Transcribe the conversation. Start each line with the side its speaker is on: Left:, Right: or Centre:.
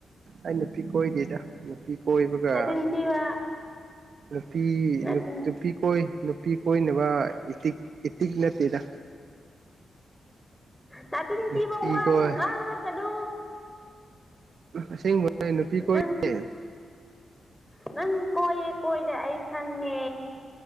Right: ꯑꯩ ꯅꯨꯄꯤ ꯀꯣꯏꯗꯦꯗ ꯅꯨꯄꯤ ꯀꯣꯏꯕꯒ
Centre: ꯅꯆꯤꯟ ꯊꯤꯕ
Right: ꯅꯨꯄꯤ
Centre: ꯅꯆꯤꯟ
Right: ꯅꯨꯄꯤ ꯀꯣꯏ ꯅꯨꯄꯤ ꯀꯣꯏꯅꯕ ꯏꯇꯤꯛ ꯏꯇꯤꯛ ꯅꯠꯇꯦꯗ
Centre: ꯅꯆꯤꯟꯊꯤꯕ
Right: ꯅꯨꯄꯤ
Centre: ꯋꯥꯗꯣ
Right: ꯀꯣꯏ
Centre: ꯉꯥꯡꯂꯛꯀꯅꯨ
Right: ꯑꯁꯦꯡꯕ ꯅꯨꯄꯤ
Centre: ꯅꯪ
Right: ꯀꯣꯏꯗꯦ
Centre: ꯅꯪ ꯀꯣꯏꯌꯦ ꯀꯣꯏꯗꯦ ꯑꯩ ꯈꯪꯉꯦ